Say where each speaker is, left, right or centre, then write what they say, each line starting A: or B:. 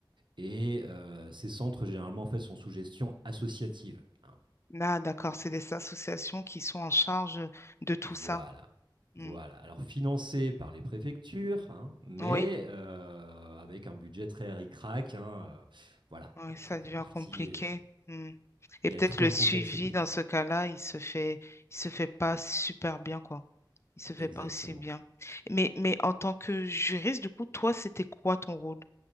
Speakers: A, on the right; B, on the left.
A: et euh, ces centres généralement en fait sont sous gestion associative. hein.
B: Là, d'accord, c'est des associations qui sont en charge de tout
A: Voilà.
B: ça. Mm.
A: Voilà. Alors financé par les préfectures, hein, mais
B: Oui.
A: euh, avec un budget très ric-rac. hein, euh, voilà.
B: Ouais,
A: Bon,
B: ça
A: ça
B: devient
A: fait partie.
B: compliqué.
A: euh,
B: Mm. Et
A: il
B: peut-être
A: y a tout
B: le
A: un
B: suivi
A: contexte politique.
B: dans ce cas-là, il se fait, il se fait pas super bien, quoi. Il se fait
A: Exactement.
B: pas aussi bien. Mais, mais en tant que juriste, du coup, toi, c'était quoi ton rôle?